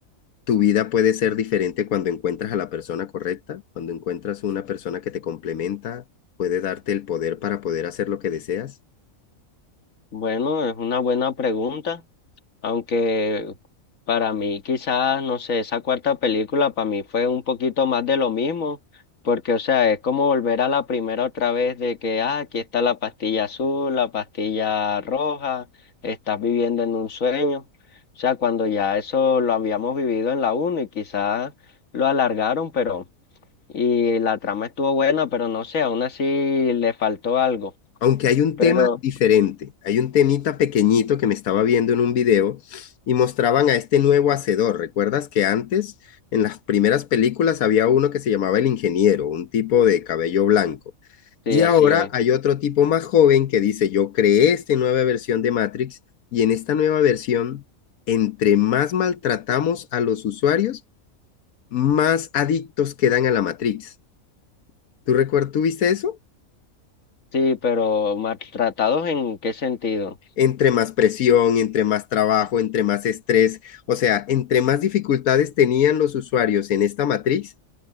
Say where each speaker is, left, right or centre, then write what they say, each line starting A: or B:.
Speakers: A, on the left; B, on the left.
A: tu vida puede ser diferente cuando encuentras a la persona correcta, cuando encuentras una persona que te complementa, puede darte el poder para poder hacer lo que deseas.
B: Bueno, es una buena pregunta, aunque para mí quizás, no sé, esa cuarta película para mí fue un poquito más de lo mismo, porque o sea, es como volver a la primera otra vez de que, ah, aquí está la pastilla azul, la pastilla roja, estás viviendo en un sueño. O sea, cuando ya eso lo habíamos vivido en la uno y quizás lo alargaron, pero, y la trama estuvo buena, pero no sé, aún así le faltó algo.
A: Aunque hay un
B: Pero
A: tema diferente, hay un temita pequeñito que me estaba viendo en un video y mostraban a este nuevo hacedor. ¿Recuerdas que antes, en las primeras películas, había uno que se llamaba el ingeniero, un tipo de cabello blanco?
B: Sí,
A: Y
B: así
A: ahora
B: es.
A: hay otro tipo más joven que dice, yo creé esta nueva versión de Matrix y en esta nueva versión, entre más maltratamos a los usuarios, más adictos quedan a la Matrix. ¿Tú recuerdas, tú viste eso?
B: Sí, pero maltratados en qué sentido?
A: entre más presión, entre más trabajo, entre más estrés, o sea, entre más dificultades tenían los usuarios en esta matriz,